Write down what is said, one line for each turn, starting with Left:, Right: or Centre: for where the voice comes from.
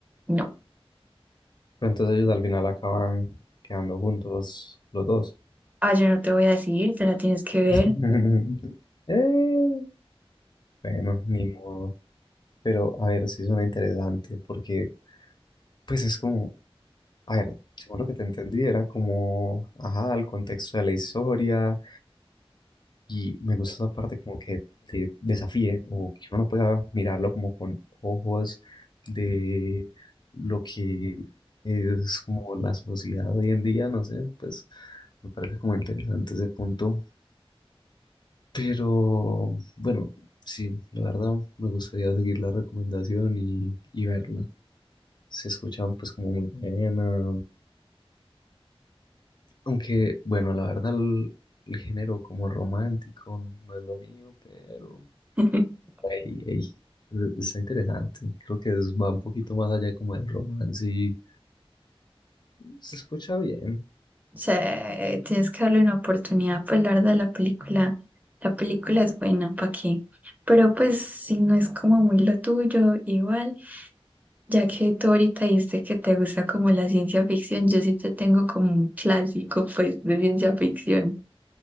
Right: no.
Left: entonces ellos al final acaban quedando juntos los dos.
Right: Ah, yo no te voy a decir, te la tienes que ver.
Left: <laughs> Eh, bueno, ni modo. Pero a ver, sí suena interesante porque pues es como, a ver, según lo que te entendí era como, ajá, el contexto de la historia Y me gusta esa parte como que te desafíe o que uno no pueda mirarlo como con ojos de lo que es como la sociedad hoy en día, no sé, pues me parece como interesante ese punto. Pero bueno, sí, la verdad me gustaría seguir la recomendación y, y verla. Se escuchan pues como muy buena, aunque bueno, la verdad el, el género como romántico no es lo mío, pero...
Right: <laughs>
Left: Ey, ey, e-, Está interesante. Creo que es- va un poquito más allá como del romance y se escucha bien.
Right: O sea, eh, tienes que darle una oportunidad, pues la verdad la película, la película es buena, ¿para qué? Pero pues si no es como muy lo tuyo, igual, ya que tú ahorita dijiste que te gusta como la ciencia ficción, yo sí te tengo como un clásico, <laughs> pues, de ciencia ficción,